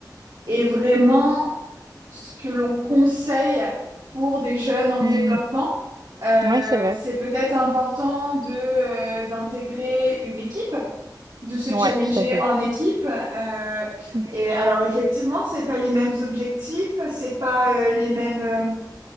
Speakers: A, on the right (about 85°); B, on the right (about 60°).
A: est vraiment ce que l'on conseille pour des jeunes en
B: mm,
A: développement. Euh,
B: mm. Ouais, c'est vrai.
A: c'est peut-être important de, euh, d'intégrer une équipe, de se
B: Ouais,
A: challenger
B: tout à fait.
A: en équipe. euh,
B: Mm,
A: et alors effectivement, c'est pas les mêmes objectifs, c'est pas euh, les mêmes, euh,